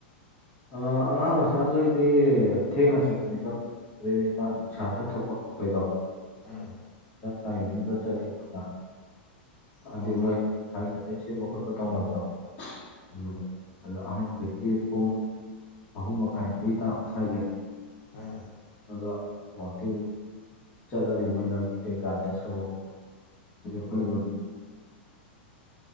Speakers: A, on the left (about 30°); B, on the left (about 50°).
A: ꯑ ꯑꯉꯥꯡ ꯃꯆꯥꯈꯩꯗꯤ ꯊꯦꯡꯅ ꯆꯨꯝꯄꯅꯤ ꯀ <unintelligible> ꯅꯤꯄꯥꯟ ꯅꯨꯡꯁꯥ ꯈꯔ ꯊꯣꯛꯄ ꯍꯧꯔꯛꯄꯩꯗꯣ
B: ꯎꯝ
A: ꯇꯥꯏꯃꯤꯡꯗ ꯆꯠꯂꯦ ꯃꯣꯏꯅ ꯍꯥꯏꯗꯤ
B: ꯑꯣ
A: ꯃꯣꯏ ꯁꯋꯥꯏ ꯂꯝ ꯖꯦꯟ ꯆꯦꯟꯕ ꯈꯣꯠꯄ ꯇꯧꯅꯕꯗꯣ ꯑꯗꯨꯗ ꯑꯗꯣ ꯑꯍꯟꯒꯩꯗꯤ ꯄꯨꯡ ꯑꯍꯨꯝ ꯃꯈꯥꯏ ꯃꯔꯤ ꯇꯔꯥꯛꯄ ꯁꯥꯏꯖꯦ
B: ꯑꯥ
A: ꯉꯒ ꯋꯀꯤꯡ ꯆꯠꯅꯔꯤ ꯃꯣꯏ ꯂꯝꯕꯤ ꯀꯩꯀꯥꯗ ꯁꯣꯔꯣꯛ ꯀꯔꯗ